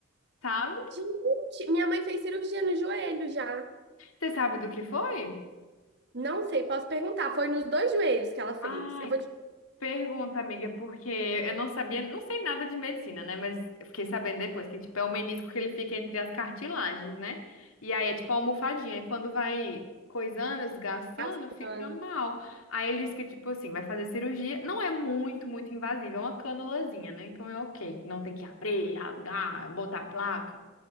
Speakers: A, on the left; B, on the right.
A: sabe?
B: Gente, minha mãe fez cirurgia no joelho já.
A: Você sabe do que foi?
B: Não sei, posso perguntar. Foi nos dois joelhos que ela fez.
A: Ai,
B: Eu vou te
A: Pergunta, amiga, porque eu não sabia, não sei nada de medicina, né? Mas eu fiquei sabendo depois que, tipo, é o menisco que ele fica entre as cartilagens, né? E aí é tipo uma almofadinha. E quando vai coisando, desgastando,
B: gastando.
A: fica mal. Aí ele diz que, tipo assim, vai fazer cirurgia. Não é muito, muito invasiva, é uma canulazinha, né? Então é ok. Não tem que abrir, rasgar, botar a placa.